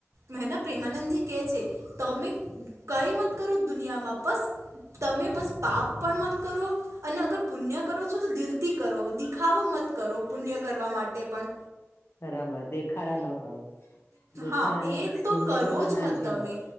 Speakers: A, on the right; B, on the left.
A: મહેના પ્રેમાનંદજી કહે છે તમે કઈ મત કરો દુનિયામાં બસ તમે બસ પાપ પણ મત કરો અને અગર પુણ્ય કરો છો, તો દિલ થી કરો દિખાવો મત કરો પુણ્ય કરવા માટે ટે પણ
B: બરાબર દેખાડા ન કરો દેખાડાની
A: હા એ તો
B: જિંદગીમાં
A: કરો જ
B: ના
A: મ
B: જીવો
A: તમે